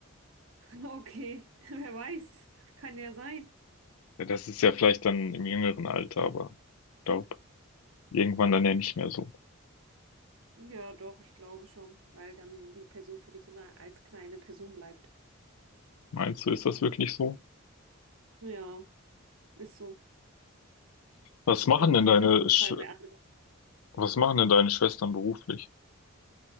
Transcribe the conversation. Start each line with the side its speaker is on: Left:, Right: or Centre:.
Right: <laughs> okay. <laughs> Wer weiß. Kann ja sein.
Left: Ja, das ist ja vielleicht dann im jüngeren Alter, aber ich glaube, irgendwann dann ja nicht mehr so.
Right: Ja, doch, ich glaube schon, weil dann die Person für dich immer als kleine Person bleibt.
Left: Meinst du, ist das wirklich so?
Right: Ja, ist so.
Left: Was machen
Right: Also das
Left: denn
Right: sehe
Left: deine,
Right: ich auf jeden
Left: Sch
Right: Fall bei anderen.
Left: was machen denn deine Schwestern beruflich?